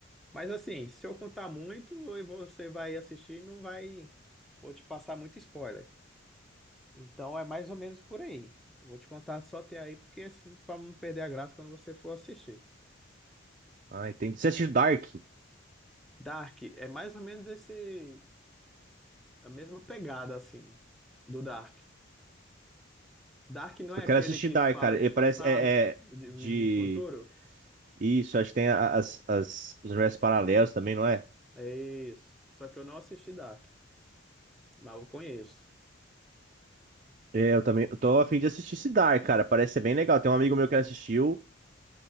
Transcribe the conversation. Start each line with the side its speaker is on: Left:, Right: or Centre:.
Centre: Mas assim, se eu contar muito, e você vai assistir, e não vai. Vou te passar muito spoiler. Então é mais ou menos por aí. Vou te contar só até aí, porque para não perder a graça quando você for assistir.
Right: Ah, entendi. Você assistiu Dark?
Centre: Dark é mais ou menos esse a mesma pegada assim do Dark. Dark não é
Right: Eu
Centre: aquele
Right: quero assistir
Centre: que
Right: Dark,
Centre: fala
Right: cara.
Centre: de
Right: Ele
Centre: passado,
Right: parece. É, é
Centre: de,
Right: de.
Centre: de futuro?
Right: Isso, acho que tem a- as, as, os universos paralelos também, não é?
Centre: É isso. Só que eu não assisti Dark, mas eu conheço.
Right: É, eu também. Eu tô a fim de assistir esse Dark, cara. Parece ser bem legal. Tem um amigo meu que assistiu.